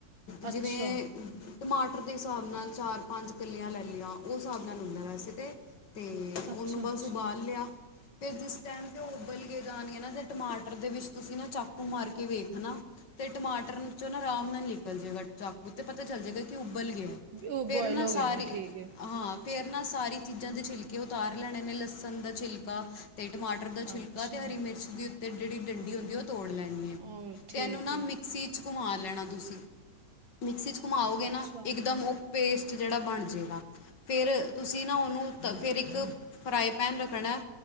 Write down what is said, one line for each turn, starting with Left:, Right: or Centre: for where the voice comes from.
Right: ਅੱਛਾ
Left: ਜਿਵੇਂ ਟਮਾਟਰ ਦੇ ਹਿਸਾਬ ਨਾਲ, ਚਾਰ ਪੰਜ ਕਲੀਆਂ ਲੈ ਲਈਆਂ, ਉਸ ਹਿਸਾਬ ਨਾਲ ਹੁੰਦਾ ਵੈਸੇ ਤੇ ਤੇ
Right: ਅੱਛਾ
Left: ਉਹਨੂੰ ਬਸ
Right: ਅੱਛਾ
Left: ਉਬਾਲ ਲਿਆ। ਫੇਰ ਜਿਸ ਟਾਈਮ ਤੇ, ਉਬਲ ਕੇ ਜਾਣਗੇ ਨਾ, ਤੇ ਟਮਾਟਰ ਦੇ ਵਿੱਚ, ਤੁਸੀਂ ਨਾ ਚਾਕੂ ਮਾਰ ਕੇ ਵੇਖਣਾ ਤੇ ਟਮਾਟਰ ਚੋਂ ਨਾ, ਆਰਾਮ ਨਾਲ ਨਿਕਲ ਜਾਏਗਾ ਚਾਕੂ, ਤੇ ਪਤਾ ਚੱਲ ਜਾਏਗਾ ਕਿ ਉਬਲ ਗਿਆ
Right: ਉਹ
Left: ਫੇਰ
Right: ਬੋਆਇਲ
Left: ਨਾ
Right: ਹੋ
Left: ਸਾਰੀ
Right: ਗਏ ਨੇ ਠੀਕ ਹੈ
Left: ਹਾਂ। ਫੇਰ ਨਾ, ਸਾਰੀ ਚੀਜ਼ਾਂ ਦੇ ਛਿਲਕੇ ਉਤਾਰ ਲੈਣੇ ਨੇ, ਲਸਣ ਦਾ ਛਿਲਕਾ ਤੇ ਟਮਾਟਰ ਦਾ ਛਿਲਕਾ,
Right: ਅੱਛਾ
Left: ਤੇ ਹਰੀ ਮਿਰਚ ਦੀ ਉੱਤੇ ਜਿਹੜੀ ਡੰਡੀ ਹੁੰਦੀ ਹੈ, ਉਹ ਤੋੜ ਲੈਣੀ।
Right: ਉਹ ਠੀਕ
Left: ਤੇ ਇਹਨੂੰ ਨਾ
Right: ਹੈ
Left: ਮ ਮਿਕਸੀ ਚ ਘੁੰਮਾ ਲੈਣਾ ਤੁਸੀਂ, ਮਿਕਸੀ ਚ ਘੁੰਮਾਓਗੇ
Right: ਅੱਛਾ
Left: ਨਾ ਇਕਦਮ ਉਹ ਪੇਸਟ, ਜਿਹੜਾ ਬਣ ਜੇਗਾ। ਫੇਰ ਤੁਸੀਂ ਨਾ, ਉਹਨੂੰ ਤ, ਫਿਰ ਇੱਕ ਫਰਾਈ ਪੈਨ ਰੱਖਣਾ।